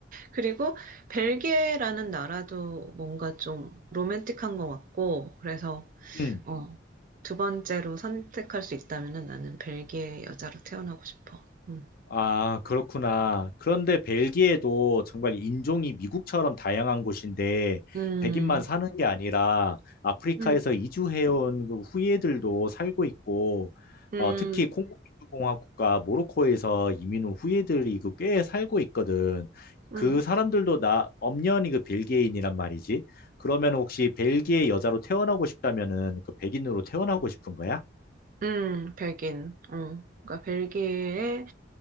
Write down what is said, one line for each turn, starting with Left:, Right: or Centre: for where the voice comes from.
Right: 그리고 벨기에라는 나라도 뭔가 좀 로맨틱한 것 같고 그래서
Left: 음.
Right: 어 두 번째로 선택할 수 있다면은 나는 벨기에 여자로 태어나고 싶어. 음.
Left: 아, 그렇구나. 그런데 벨기에도 정말 인종이 미국처럼 다양한 곳인데
Right: 음,
Left: 백인만 사는 게 아니라 아프리카에서
Right: 음,
Left: 이주해온 그 후예들도 살고 있고
Right: 음,
Left: 어, 특히 콩고민주공화국과 모로코에서 이민 온 후예들이 그 꽤 살고 있거든.
Right: 음,
Left: 그 사람들도 나 엄연히 그 벨기에인이란 말이지. 그러면 혹시 벨기에 여자로 태어나고 싶다면은 그 백인으로 태어나고 싶은 거야?
Right: 음, 백인. 어. 그러니까 벨기에에